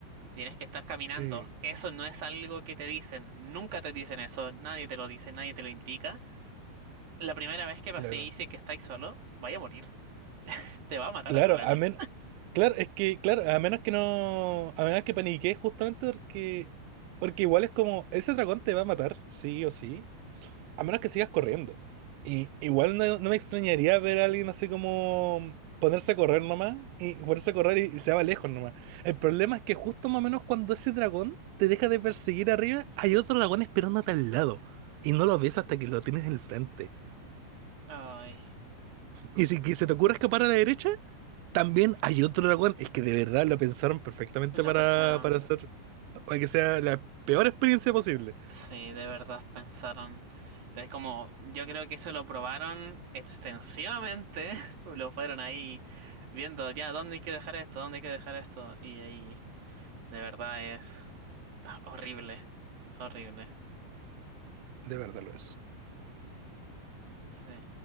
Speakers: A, on the right; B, on the right.
A: Tienes que estar caminando.
B: Sí,
A: Eso no es algo que te dicen. Nunca te dicen eso. Nadie te lo dice, nadie te lo indica. La primera vez que pasé
B: claro.
A: y si es que estáis solo, vaya a morir. Te va a matar
B: Claro,
A: a tu dragón.
B: a menos, claro, es que, claro, a menos que no, a menos que paniquees justamente porque, porque igual es como, ese dragón te va a matar, sí o sí, a menos que sigas corriendo. Y igual no, no me extrañaría ver a alguien así como ponerse a correr nomás, y ponerse a correr y, y se va lejos nomás. El problema es que justo más o menos cuando ese dragón te deja de perseguir arriba, hay otro dragón esperándote al lado. Y no lo ves hasta que lo tienes en el frente.
A: Ay,
B: Y si que se te ocurre escapar a la derecha, También hay otro dragón, es que de verdad lo pensaron perfectamente
A: lo
B: para,
A: pensaron.
B: para hacer, para que sea la peor experiencia posible.
A: Sí, de verdad pensaron. Es como, yo creo que eso lo probaron extensivamente. <laughs> Lo fueron ahí viendo, ya, ¿dónde hay que dejar esto? ¿Dónde hay que dejar esto? Y ahí, de verdad es horrible. Horrible.
B: De verdad lo es.
A: Sí.